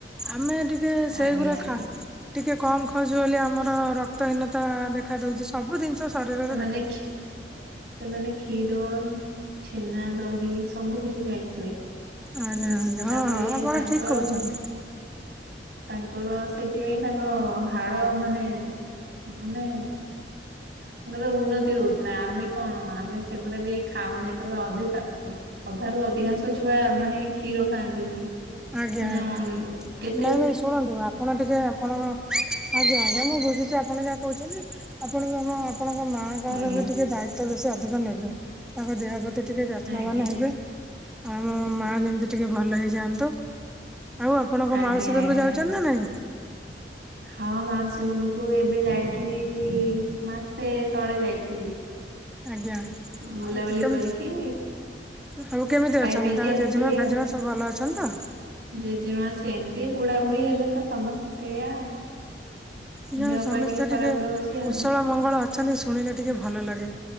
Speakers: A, in the centre; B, on the right (about 70°).
A: ଆମେ ଟିକେ ସେଇଗୁରା
B: ଆଜ୍ଞା ଆଜ୍ଞା
A: ଖା ଟିକେ କମ ଖାଉଚୁ ବୋଲି ଆମର ରକ୍ତହୀନ ତା ଦେଖା ଦଉଛି ସବୁ ଜିନିଷ
B: ସେମାନେ
A: ଦେଖା ଦଉଛି।
B: ଖି ସେମାନେ ଖିର ର ଛେନା ଦହି ସବୁ କିଛି ଖାଇଥିଲେ। ହୁଁ
A: ଆଜ୍ଞା ଆଜ୍ଞା
B: ତାପରେ
A: ହଁ ହଁ ଆପଣ
B: ତାଙ୍କର
A: ଠିକ କହୁଛନ୍ତି
B: ମୁଁ। ତାଙ୍କର ସେଥିପାଇଁ ତାଙ୍କ ହାଡ ମାନେ। ମାନେ। ତାଙ୍କର ଉନ୍ନତି ହଉଥିଲା ଆମେ କଣ ଆମେ ସେଗୁରା ବି ଖାଉନେ ତାପରେ ଅଧିକା। ଅଧାରୁ ଅଧିକାଂଶ ଛୁଆ ମାନେ କ୍ଷୀର ଖାଆନ୍ତିନି
A: ଆଜ୍ଞା
B: ମାନେ
A: ଆଜ୍ଞା
B: ଅ କେ
A: ନାଇଁ ନାଇଁ ଶୁଣନ୍ତୁ ଆପଣ ଟିକେ ଆପଣଙ୍କ। ଆଜ୍ଞା ଆଜ୍ଞା ମୁଁ ବୁଝୁଛି ଆପଣ ଯାହା କହୁଛନ୍ତି ଆପଣ ବି ଆମ। ଆପଣଙ୍କ ମା ଙ୍କର
B: ଆଜ୍ଞା ଆଜ୍ଞା
A: ବି ଟିକେ ଦାୟିତ୍ୱ ବେଶୀ ଅଧିକ ନେବେ ତାଙ୍କ ଦେହ ପ୍ରତି। ଟିକେ ଯତ୍ନବାନ
B: ଆଜ୍ଞା
A: ହେବେ ଆ ଆମ ମା ଯେମିତି ଟିକେ ଭଲ ହେଇଯାଆନ୍ତୁ। ଆଉ ଆପଣଙ୍କ
B: ଆଜ୍ଞା
A: ମାଉସୀ ଘରକୁ
B: ଆଜ୍ଞା
A: ଯାଉଛନ୍ତି ନା ନାଇଁ
B: ହଁ ମା ସି ଘରକୁ ଏବେ ଯାଇଥିଲି ମାସେ ତଳେ ଯାଇଥିଲି।
A: ଆଜ୍ଞା।
B: ବୁଲାବୁଲି
A: ଆଉ କେମିତି
B: କରିକି।
A: ସବୁ କେମିତି
B: ଖାଇ
A: ଅଛନ୍ତି
B: ପିଇକି
A: ତାଙ୍କ
B: ଆସିଥିଲି
A: ଜେଜେମା ଫେଜେମା
B: ଆଉ।
A: ସବୁ ଭଲ ଅଛନ୍ତି ତ।
B: ଜେଜେମା ସେମିତି ବୁଢା ବୁଢୀ ହେଲେ ତ ସମସ୍ତେ ସେଇଆ।
A: ଯା
B: ଦେହ
A: ସମସ୍ତେ
B: ପା ଖରାପ
A: ଟିକେ
B: ରହୁଛି
A: କୁଶଳ
B: ଆଉ
A: ମଙ୍ଗଳ ଅଛନ୍ତି ଶୁଣିଲେ ଟିକେ ଭଲ ଲାଗେ।